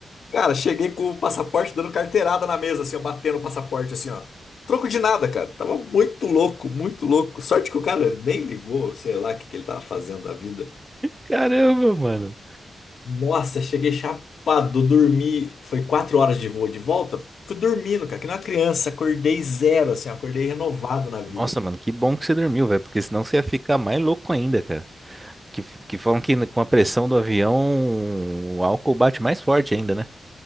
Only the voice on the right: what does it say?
Caramba, mano.
Nossa, mano, que bom que você dormiu, velho, porque senão você ia ficar mais louco ainda, cara. Que, que falam que com a pressão do avião, o álcool bate mais forte ainda, né?